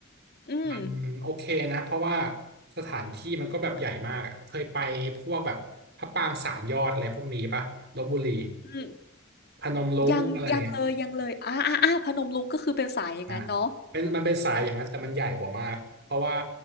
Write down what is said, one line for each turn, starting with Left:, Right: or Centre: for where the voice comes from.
Left: อืม
Right: มันโอเคนะเพราะว่าสถานที่มันก็แบบใหญ่มากอ่ะเคยไปพวกแบบพระปรางสามยอดอะไรพวกนี้ป่ะลพบุรี
Left: อืม
Right: พนมรุ้งอะไรอย่างเงี้ย
Left: ยังยังเลย ยังเลยอ่าอ่าอ่าพนมรุ้งก็คือเป็นสายอย่างนั้นเนาะ
Right: อ่ะเป็นมันเป็นสายอย่างนั้นแต่มันใหญ่กว่ามากเพราะว่า